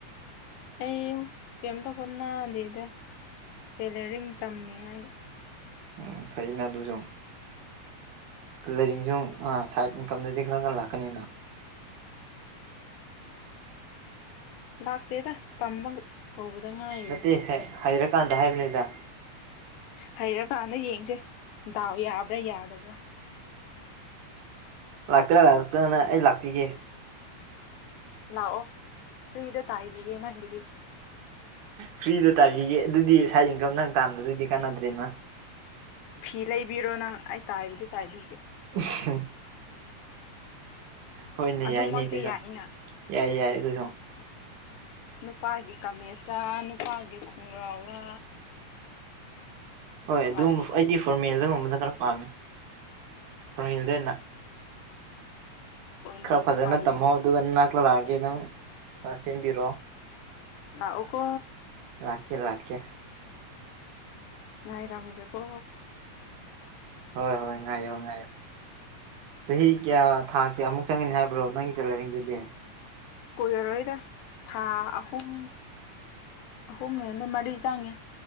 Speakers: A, on the left (about 80°); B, on the right (about 80°).
A: ꯑꯩ ꯀꯩꯝꯇꯥ ꯍꯣꯠꯅꯗꯦꯗ ꯇꯦꯂꯔꯤꯡ ꯇꯝꯃꯤ ꯑꯩ
B: ꯎꯝ ꯐꯩꯅ ꯑꯗꯨꯁꯨ ꯂꯩꯔꯤꯡꯖꯦ <unintelligible> ꯑꯥ ꯁꯥꯏꯠ ꯏꯟꯀꯝꯗꯩꯗꯤ ꯈꯔ ꯉꯟꯅꯥ ꯂꯥꯛꯀꯅꯤꯗ
A: ꯂꯥꯛꯇꯦꯗ ꯇꯃꯕ ꯍꯧꯕꯗ ꯉꯥꯏ
B: ꯅꯠꯇꯦ ꯍꯩ ꯍꯩꯔꯀꯥꯟꯗ ꯍꯥꯏꯕꯅꯤꯗ
A: ꯍꯩꯔꯀꯥꯟꯗ ꯌꯦꯡꯁꯦ ꯗꯥꯎ ꯌꯥꯕ꯭ꯔꯥ ꯌꯥꯗꯕ꯭ꯔꯥ
B: ꯂꯥꯛꯇ꯭ꯔꯥ ꯂꯥꯛꯇ꯭ꯔꯅ ꯑꯩ ꯂꯥꯛꯄꯤꯒꯦ
A: ꯂꯥꯛꯑꯣ ꯐ꯭ꯔꯤꯗ ꯇꯥꯏꯕꯤꯒꯦ ꯅꯪꯒꯤꯗꯤ
B: ꯐ꯭ꯔꯤꯗ ꯇꯥꯟꯕꯤꯒꯦ ꯑꯗꯨꯗꯤ ꯁ꯭ꯥꯏꯗ ꯏꯪꯀꯝ ꯅꯪ ꯇꯥꯟꯕꯗꯨꯗꯤ ꯀꯥꯟꯅꯗ꯭ꯔꯦꯅ
A: ꯐꯤ ꯂꯩꯕꯤꯔꯣ ꯅꯪ ꯑꯩ ꯇꯥꯏꯕꯗꯤ ꯇꯥꯏꯕꯤꯒꯦ
B: <unintelligible> ꯍꯣꯏꯅꯦ
A: ꯑꯗꯨꯃꯛꯇꯤ
B: ꯌꯥꯏꯅꯦ ꯑꯗꯨꯁꯨ
A: ꯌꯥꯏꯅ
B: ꯌꯥꯏ ꯌꯥꯏ ꯑꯗꯨꯁꯨ
A: ꯅꯨꯄꯥꯒꯤ ꯀꯥꯃꯦꯁꯂꯥ ꯅꯨꯄꯥꯒꯤ ꯈꯣꯡꯒ꯭ꯔꯥꯎꯔꯥ
B: ꯍꯣꯏ ꯑꯗꯨꯒꯨꯝꯕ
A: ꯇꯥꯏꯕꯤꯒꯦ
B: ꯑꯩꯗꯤ ꯐꯣꯔꯃꯦꯜꯗꯒꯨꯝꯕꯗ ꯈꯔ ꯄꯥꯝꯃꯦ ꯐꯣꯔꯃꯦꯜꯗ ꯑꯣꯏꯅ
A: ꯐꯣꯔꯃꯦꯜꯗ
B: ꯈꯔ ꯐꯖꯅ
A: ꯇꯥꯏꯕꯤꯒꯦ
B: ꯇꯝꯃꯣ ꯑꯗꯨꯒ ꯅꯅꯥꯛꯇꯥ ꯂꯥꯛꯑꯒꯦ ꯅꯪ ꯈꯔ ꯁꯦꯝꯕꯤꯔꯣ
A: ꯂꯥꯛꯎꯀꯣ
B: ꯂꯥꯛꯀꯦ ꯂꯥꯛꯀꯦ
A: ꯉꯥꯏꯔꯝꯒꯦꯀꯣ
B: ꯍꯣꯏ ꯍꯣꯏ ꯉꯥꯏꯌꯣ ꯉꯥꯏꯌꯣ ꯆꯍꯤ ꯀꯌꯥ ꯊꯥ ꯀꯌꯥꯃꯨꯛ ꯆꯪꯒꯅꯤ ꯍꯥꯏꯕ꯭ꯔꯣ ꯅꯪꯒꯤ ꯇꯦꯂꯔꯤꯡꯗꯨꯗꯤ
A: ꯀꯨꯏꯔꯔꯣꯏꯗ ꯊꯥ ꯑꯍꯨꯝ ꯑꯍꯨꯝꯅ ꯍꯦꯟꯅ ꯃꯔꯤ ꯆꯪꯉꯦ